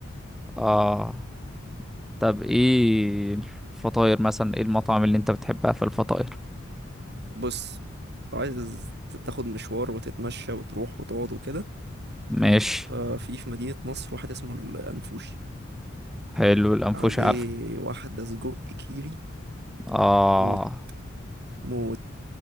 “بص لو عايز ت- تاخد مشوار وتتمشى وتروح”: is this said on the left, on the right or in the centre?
Right